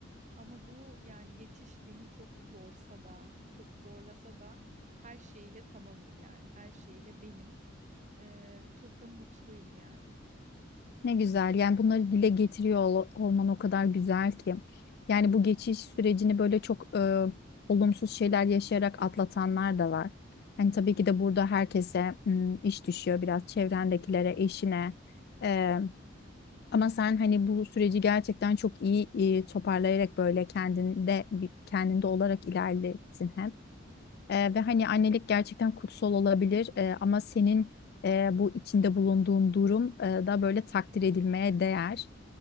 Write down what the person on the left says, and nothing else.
Ne güzel. Yani bunları dile getiriyor ol- olman o kadar güzel ki. Yani bu geçiş sürecini böyle çok e, olumsuz şeyler yaşayarak atlatanlar da var. Hani tabii ki de burada herkese m, iş düşüyor biraz çevrendekilere, eşine. E, ama sen hani bu süreci gerçekten çok iyi e, toparlayarak böyle kendinde bir- kendinde olarak ilerlettin hem. Ee, ve hani annelik gerçekten kutsal olabilir Ee, ama senin e, bu içinde bulunduğun durum e, da böyle takdir edilmeye değer.